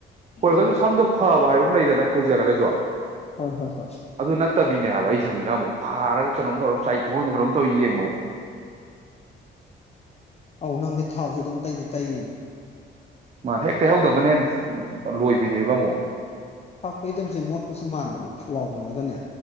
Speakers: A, on the right; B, on the left.
A: ꯈꯣꯏꯔꯒꯁꯨ
B: ꯎꯝ
A: ꯁꯝꯗ ꯐꯕ ꯍꯥꯏꯕ ꯑꯃ ꯂꯩꯗꯅ ꯈꯣꯏꯖꯔꯒꯁꯨ
B: ꯍꯣꯏ ꯍꯣꯏ ꯍꯣꯏ
A: ꯑꯗꯨ ꯅꯠꯇꯕꯤꯅꯦ ꯍꯥꯏꯕ ꯑꯩ ꯁꯝꯁꯤꯅ ꯑꯃꯨꯛ ꯐꯥꯔꯒ ꯀꯩꯅꯣꯝ ꯇꯧꯔꯛ ꯀꯩꯅꯣꯝ ꯇꯧꯏ ꯌꯦꯡꯕ
B: ꯑꯧ ꯅꯪꯗꯤ ꯊꯥꯎꯁꯨ ꯑꯗꯨꯝ ꯇꯩꯁꯨ ꯇꯩꯅꯤ
A: ꯃꯥ ꯊꯦ ꯀꯩꯍꯧꯗꯕꯅ ꯍꯦ ꯂꯣꯏꯕ ꯕꯤꯅꯦꯕ ꯃꯣ
B: ꯊꯥꯛ ꯇꯣꯏꯗꯕꯁꯦ ꯃꯣꯠꯄꯁꯨ ꯃꯥꯟꯕꯅꯦ ꯐꯨꯋꯥꯥꯎꯅꯔꯒꯅꯦ